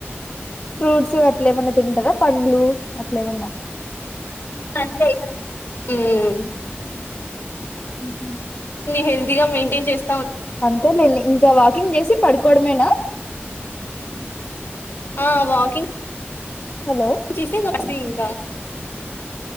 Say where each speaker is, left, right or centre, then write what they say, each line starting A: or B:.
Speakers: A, on the left; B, on the left.
A: ఫ్రూట్సు అట్లేమన్నా తింటారా పండ్లు అట్లేమన్నా
B: ఉహ్మ్
A: ఉహ్
B: హెల్దీగా మెయింటైన్ చేస్
A: అంతేలేండి ఇంకా వాకింగ్ జేసి పడ్కోవడమేనా
B: ఆహ్ వాకింగ్.
A: హలో
B: చేసే <unintelligible> తింటా.